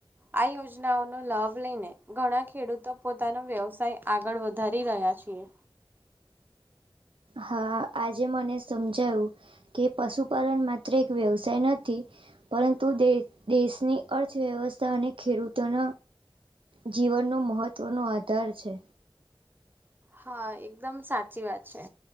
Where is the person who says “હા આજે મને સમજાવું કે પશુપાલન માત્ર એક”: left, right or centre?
Right